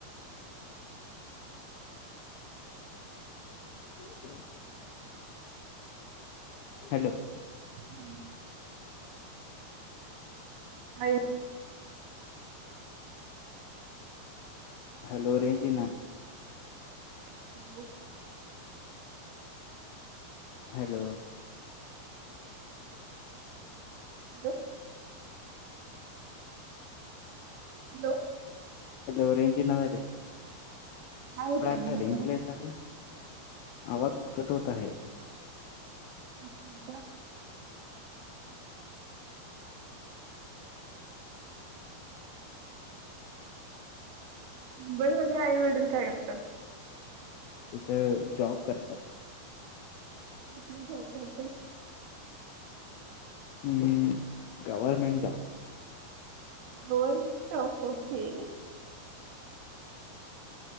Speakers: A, on the left (about 80°); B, on the right (about 75°).
A: <unintelligible> हॅलो
B: हा <unintelligible>
A: हॅलो रेंजीना येईना
B: <unintelligible>
A: हॅलो
B: हो हॅलो
A: हॅलो रेंज येण्याना झाली
B: काय होतंय
A: थोड वेळा
B: नेमकं
A: रेंजला येत का आवाज कट होत आहे
B: असाय कि मुंबईमध्ये आईवडील काय करतात
A: इथं जॉब करतात
B: आपला जॉब करत
A: हम्म गवर्मेंट जॉब
B: जर पण च ओके